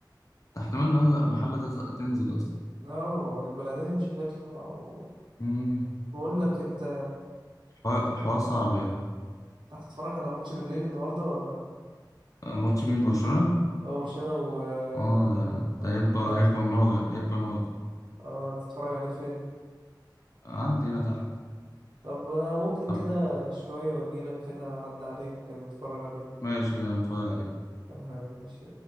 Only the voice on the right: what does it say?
اه البلديه مش هتطلع و...
بقول لك انت
انت هتتفرج على ماتش بالليل النهارده ولا
هو برشلونة و...
و...
انتر
اه تتفرج عليه فين
طب انا ممكن
كده شوية واجيلك كده اعدي عليك نتفرج عليه
تمام ماشي